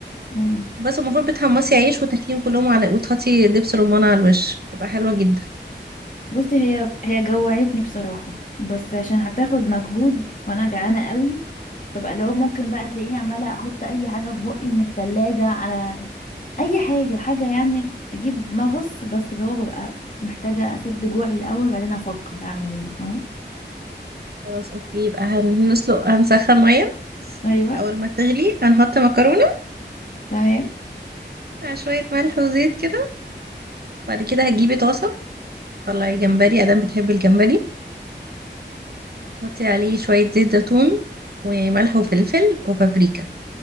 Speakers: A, on the left; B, on the right.
A: مم.
B: بس المفروض بتحمصي عيش وتاكليهم كلهم على وتحطي دبس رمان على الوش تبقى حلوة جدا
A: بصي هي هي جوعتني بصراحة بس عشان هتاخد مجهود وانا جعانة قوي فبقى لو ممكن بقى تلاقيني عمالة احط اي حاجة في بقي من التلاجة على اي حاجه حاجه يعني تجيب مغص بس اللي هو ببقى محتاجه اسد جوعي الاول بعدين افكر اعمل ايه اه
B: خلاص اوكي يبقى هنسلق هنسخن ميه
A: ايوه
B: اول ما تغلي هنحط مكرونه
A: تمام
B: مع شويه ملح وزيت كده بعد كده هتجيبي طاسه طلعي جمبري ادام بتحبي الجمبري تحطي عليه شويه زيت زيتون وملح وفلفل وبابريكا